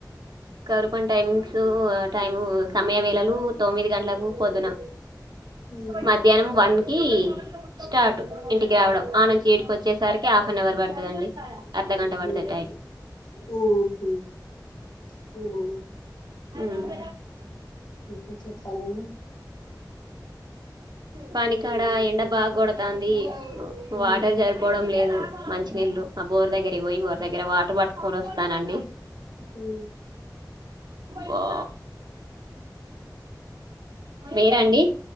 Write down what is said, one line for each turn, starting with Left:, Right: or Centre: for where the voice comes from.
Right: కరువు పని టైమింగ్స్ అ టైము సమయ వేళలు తొమ్మిది గంటలకు పొద్దున
Left: ఉమ్,
Right: మధ్యానం వన్ కి స్టార్ట్ ఇంటికి రావడం ఆ నుంచి ఈడికి వచ్చేసరికి హాఫ్ అన్ అవర్ పడుతదండి. అర్ధగంట పడుతద్
Left: ఉహ్ ఓహ అవున
Right: ఊమ్
Left: ఇంకా చెప్పాలండి
Right: పని కాడ ఎండ బాగొడతాంది ఉ వాటర్
Left: ఉమ్,
Right: జరిపోవడం లేదు. మంచి నీళ్ళు ఆ బోర్ దగ్గరే పోయి బోర్ దగ్గర వాటర్ పట్టుకొని వస్తానని
Left: ఉ
Right: బా మీరండి